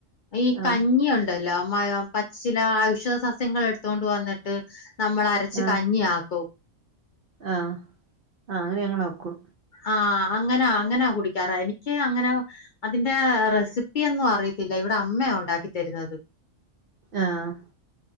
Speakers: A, on the left; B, on the right.
A: ഈ കഞ്ഞിണ്ട്
B: ആഹ്
A: പച്ചില ഔഷദ സസ്യങ്ങ എടുത്തണ്ട് വന്നിട്ട് നമ്മ അരച്ച്
B: ആഹ്
A: കഞ്ഞി ആക്കും
B: ആഹ് ആഹ് അങ്ങനെ ഞങ്ങോക്കും
A: ആഹ് അങ്ങനാ അങ്ങനാ കുടിക്കാറാ എനിക്ക് അങ്ങനെ അതിന്റെ റെസിപ്പിയൊന്നും അറിയത്തില്ല ഇവിടെ അമ്മയ ഉണ്ടാക്കി തരുന്നത്
B: ആഹ്